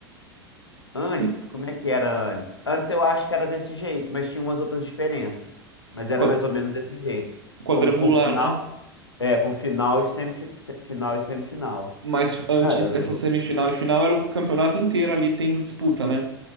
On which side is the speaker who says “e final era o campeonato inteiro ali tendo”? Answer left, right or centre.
Right